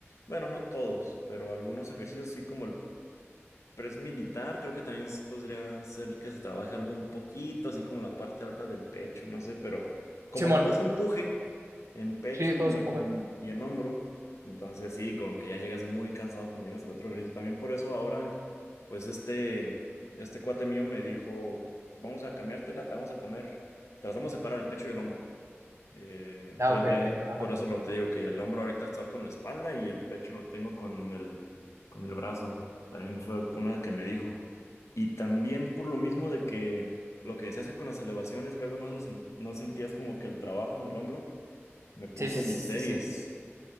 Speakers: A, on the left; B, on the right.
A: bueno, no todos, pero algunos ejercicios sí como el pero es militar, creo que también se podría ser que se trabaje algo un poquito, así como la parte alta del pecho, no sé, pero como
B: Simón,
A: todo se empuje en pecho
B: Sí, todo
A: y
B: es un
A: en,
B: poco.
A: y en hombro, entonces sí, como que ya llegas muy cansado cuando llegas al otro ejercicio. También por eso ahora, pues este, este cuate mío me dijo, vamos a cambiártela, te vamos a poner, te las vamos a separar el pecho y el hombro. Eh, entonces
B: ah, ok,
A: ya
B: ok, Ajá.
A: por eso lo te digo que el hombro ahorita está con la espalda y el pecho lo tengo con el, con el brazo. También fue una que me dijo. Y también por lo mismo de que lo que decías que con las elevaciones luego no, se sen- no sentías como que el trabajo en el hombro, me puso
B: sí, sí,
A: biseries.
B: sí, sí, sí,